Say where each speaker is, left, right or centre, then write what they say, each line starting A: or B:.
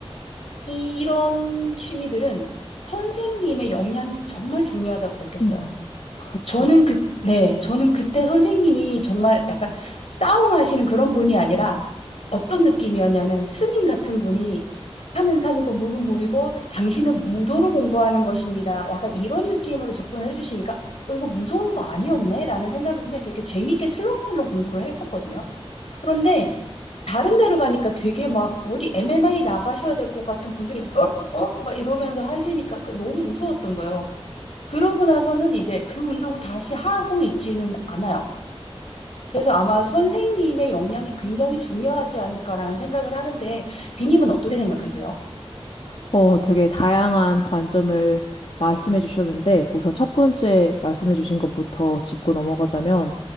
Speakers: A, on the left (about 90°); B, on the left (about 65°).
A: 이런 취미들은 선생님의 역량이 정말 중요하다고 느꼈어요.
B: 음, 그렇죠.
A: 저는 그, 네, 저는 그때 선생님이 정말 약간 싸움하시는 그런 분이 아니라 어떤 느낌이었냐면 스님 같은 분이 산은 산이고 물은 물이고 당신은 무도로 공부하는 것입니다. 약간 이런 느낌으로 접근을 해주시니까 어, 이거 무서운 거 아니었네? 라는 생각을 그냥 되게 재미있게 슬렁슬렁 공부를 했었거든요. 그런데 다른 데로 가니까 되게 막 어디 MMA 나가셔야 될 것 같은 분들이 어, 어, 막 이러면서 하시니까 그 너무 무서웠던 거예요. 그러고 나서는 이제 그 운동을 다시 하고 있지는 않아요. 그래서 아마 선생님의 역량이 굉장히 중요하지 않을까라는 생각을 하는데, 비님은 어떻게 생각하세요?
B: 어, 되게 다양한 관점을 말씀해 주셨는데, 우선 첫 번째 말씀해 주신 것부터 짚고 넘어가자면,